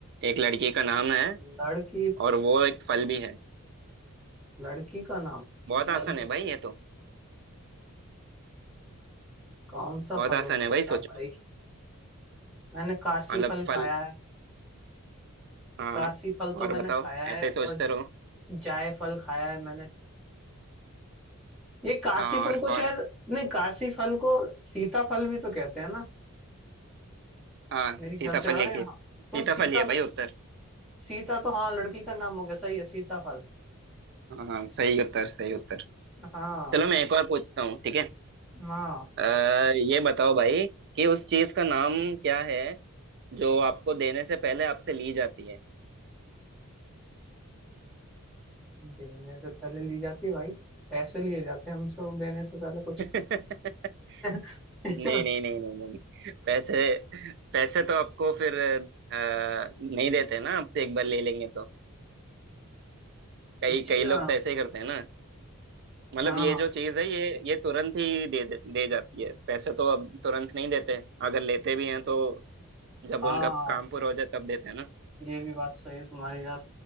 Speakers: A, on the right; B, in the centre.
A: एक लड़की का नाम है
B: लड़की
A: और वो एक फल भी है
B: लड़की का नाम
A: बहुत आसान
B: अरे
A: है भाई ये तो
B: कौन सा
A: बहुत
B: फल
A: आसान
B: हो सकता
A: है भाई सोचो
B: है भाई मैंने काशी
A: मतलब
B: फल
A: फल
B: खाया है
A: हाँ
B: काशी फल तो
A: और
B: मैंने
A: बताओ
B: खाया है
A: ऐसे ही सोचते
B: और
A: रहो
B: जायफल खाया है मैंने ये काशी
A: हाँ
B: फल
A: और
B: को शायद
A: और
B: नहीं काशी फल को सीता फल भी तो कहते हैं ना
A: हाँ
B: मेरे
A: सीताफल
B: ख्याल से अरे
A: ही
B: हाँ
A: के
B: तो
A: सीताफल
B: सीता
A: ही है भाई उत्तर
B: सीता तो हाँ लड़की का नाम हो गया सही है सीता फल
A: हाँ हाँ, सही उत्तर सही उत्तर
B: हाँ
A: चलो मैं एक और पूछता हूँ ठीक है
B: हाँ
A: अ, ये बताओ भाई कि उस चीज का नाम क्या है जो आपको देने से पहले आपसे ली जाती है
B: देने से पहले ली जाती है भाई पैसे लिए जाते हैं हमसे वो देने से पहले कुछ
A: <laughs> नहीं
B: <laughs>
A: नहीं नहीं नहीं नहीं पैसे पैसे तो आपको फिर अ, नहीं देते ना आपसे एक बार ले लेंगे तो कई
B: अच्छा
A: कई लोग तो ऐसे ही करते हैं ना मतलब
B: हाँ
A: ये जो चीज है ये ये तुरंत ही दे दे दे जाती है पैसे तो अब तुरंत नहीं देते अगर लेते भी हैं तो जब
B: हाँ
A: उनका काम पूरा हो जाए तब देते हैं ना
B: ये भी बात सही है तुम्हारी यार